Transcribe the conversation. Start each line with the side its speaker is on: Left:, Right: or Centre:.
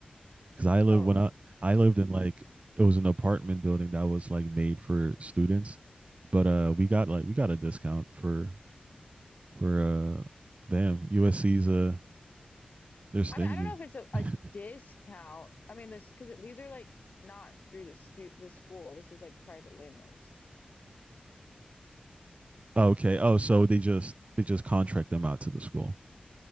Right: because I lived
Left: Oh,
Right: when I I lived in like it was an apartment building that was like made for students, but uh we got like we got a discount for for uh damn USC's uh They're stingy.
Left: I mean, I don't know if it's a, a
Right: <laughs>
Left: discount. I mean, this because these are like not through the stu the school. This is like private landlords.
Right: okay. Oh, so they just they just contract them out to the school.